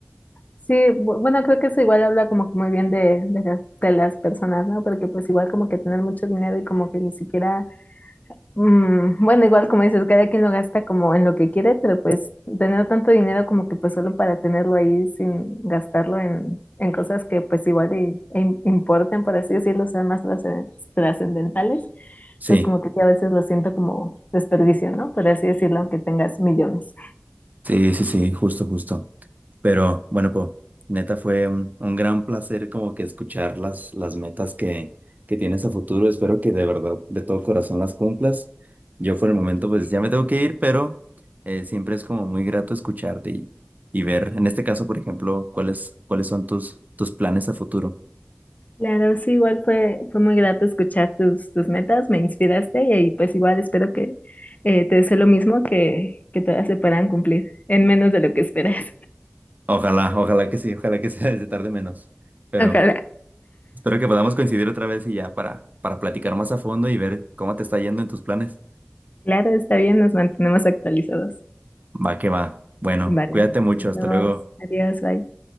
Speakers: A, on the left; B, on the right.
A: sí, bu- bueno, creo que eso igual habla como que muy bien de, de las, de las personas, ¿no? Porque pues igual como que tener mucho dinero y como que ni siquiera, mm, bueno, igual como dices, cada quien lo gasta como en lo que quiere, pero pues tener tanto dinero como que pues solo para tenerlo ahí sin gastarlo en, en cosas que pues igual y, e im- importen, por así decirlo, sean más trasce- trascendentales,
B: Sí.
A: pues como que sí, a veces lo siento como desperdicio, ¿no? Por así decirlo, aunque tengas millones.
B: Sí, sí, sí, justo, justo. Pero bueno, pues neta fue un, un gran placer como que escuchar las, las metas que, que tienes a futuro. Espero que de verdad, de todo corazón las cumplas. Yo por el momento pues ya me tengo que ir, pero eh, siempre es como muy grato escucharte y, y ver, en este caso, por ejemplo, cuáles, cuáles son tus, tus planes a futuro.
A: Claro, sí, igual fue, fue muy grato escuchar tus, tus metas, me inspiraste y ahí pues igual espero que eh, te deseo lo mismo que, que todas se puedan cumplir en menos de lo que esperas.
B: Ojalá, ojalá que sí, ojalá que sea desde tarde menos. Pero
A: <laughs> Ojalá.
B: espero que podamos coincidir otra vez y ya para, para platicar más a fondo y ver cómo te está yendo en tus planes.
A: Claro, está bien, nos mantenemos actualizados.
B: Va que va. Bueno,
A: Vale,
B: cuídate mucho,
A: nos
B: hasta
A: vemos.
B: luego.
A: Adiós, bye.